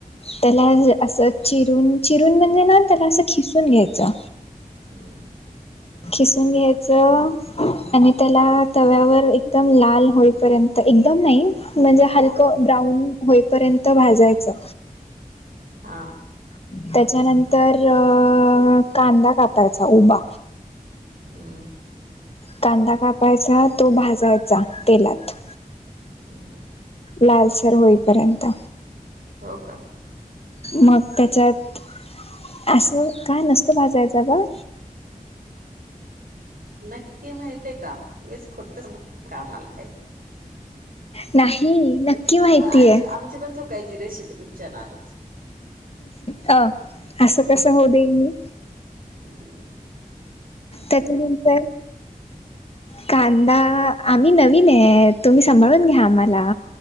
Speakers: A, on the left; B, on the right.
A: त्याला असं चिरून चिरून म्हणजे ना त्याला असं खिसून घ्यायचं.
B: हम्म
A: खिसून घ्यायचं. आणि त्याला तव्यावर एकदम लाल होईपर्यंत एकदम नाही म्हणजे हलकं ब्राऊन होईपर्यंत भाजायचं.
B: हा
A: त्याच्यानंतर अ कांदा कापायचा उभा.
B: हम्म
A: कांदा कापायचा तो भाजायचा तेलात.
B: हम्म
A: लालसर होईपर्यंत.
B: हो का
A: मग त्याच्यात असं काय नसतं भाजयच ग.
B: नक्की माहित आहे का, उगच खोटच सांगु नका आम्हाला काहीतरी,
A: नाही. माहितीय
B: मग आमची, आमची पण चुकायची रेसिपी तुमच्या नादात.
A: अ असं कसं होऊ देईल मी.
B: हम्
A: त्याच्यानंतर कांदा, आम्ही नवीन आहे तुम्ही सांभाळून घ्या आम्हाला.